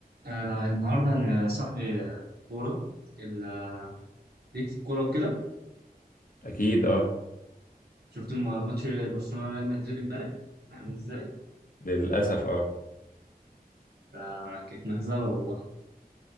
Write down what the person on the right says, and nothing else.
آه النهارده انا صاحبي آه، كوره ال- آه، ليك في الكوره وكده
شفت م- ماتش برشلونه وريال مدريد امبارح عامل ازاي؟
ده كانت مهزله والله